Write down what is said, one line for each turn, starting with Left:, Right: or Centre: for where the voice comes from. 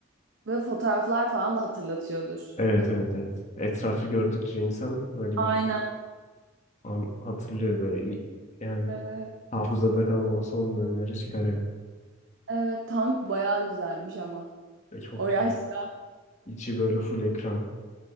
Right: Ve fotoğraflar falan da hatırlatıyordur.
Left: Evet evet evet. Etrafı gördükçe insan böyle
Right: Aynen.
Left: bir an hatırlıyor ve i- yani
Right: Evet.
Left: hafızada kalan o son dönemleri çıkarıyor.
Right: Evet. Tank bayağı güzelmiş ama.
Left: Ve çok
Right: O yaşta.
Left: güzel. İçi böyle full ekran.